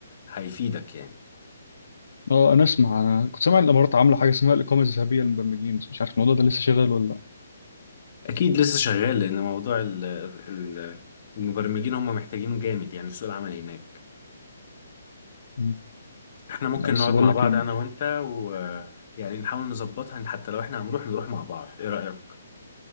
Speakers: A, on the left; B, on the left.
A: هيفيدك يعني
B: اه انا اسمع انا كنت سامع الامارات عامله حاجه اسمها الاقامه الذهبيه للمبرمجين بس مش عارف الموضوع ده لسه شغال ولا لا
A: اكيد لسه شغال لان موضوع ال ال المبرمجين هم محتاجينه جامد يعني في سوق العمل هناك
B: مم.
A: احنا ممكن
B: لا بس
A: نقعد
B: بقول
A: مع
B: لك
A: بعض
B: ايه
A: انا وانت و يعني نحاول نظبطها إن حتى لو احنا هنروح نروح مع بعض ايه رأيك